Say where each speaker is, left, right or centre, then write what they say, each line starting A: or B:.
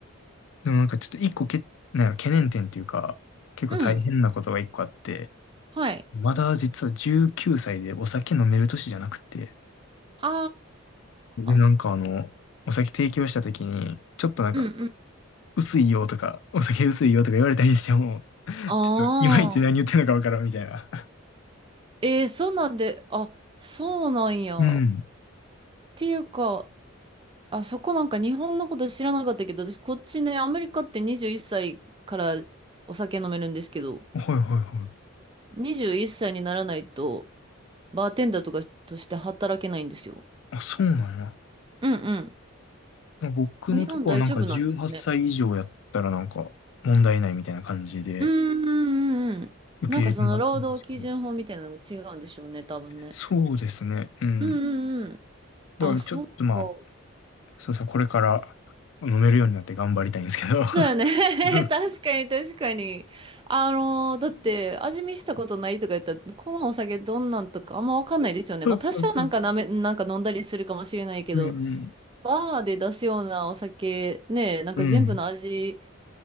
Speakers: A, on the left; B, on the right.
A: でもなんかちょっと一個け、なんやろ、懸念点っていうか、結構大変なことが一個あって、
B: うん。はい。
A: まだ実は19歳でお酒飲める年じゃなくて、
B: あ
A: で、なんかあの、
B: あ。
A: お酒提供した時に、ちょっとなんか、
B: うんうん。
A: 薄いよとか、<laughs> お酒薄いよとか言われたりしても、<laughs>
B: ああ。
A: ちょっといまいち何言ってんのかわからんみたいな。
B: えー、そんなんで、あ、そうなんや。
A: うん。
B: っていうか、あそこなんか日本のこと知らなかったけど、私こっちね、アメリカって21歳からお酒飲めるんですけど、
A: <laughs> はいはいはい。
B: 21歳にならないと、バーテンダーとかとして働けないんですよ。
A: あ、そうなんや。
B: うんう
A: ね僕のとこはなんか18歳以上やったらなんか問題ないみたいな感じで
B: ん。日本大丈夫なんですね。うーんうんうんうん。
A: 受け入れてもらってるんですけど。
B: なんかその労働基準法みたいなのも違うんでしょうね、多分ね。
A: そうですね。うん。
B: うんうんうん。
A: だからちょっとまあ、
B: あ、そうか。そ
A: そうですね。これから飲めるようになって頑張りたいんですけど。
B: うだよね。<laughs>
A: うん
B: 確かに確かに。あのーだって味見したことないとか言ったら、このお酒どんなんとかあんまわかんないですよね。
A: そうそうそう。
B: まあ多少なんかなめ、なんか飲んだりするかもしれないけど、
A: うんうん。
B: バーで出すようなお酒ね、なんか全部の味
A: うん。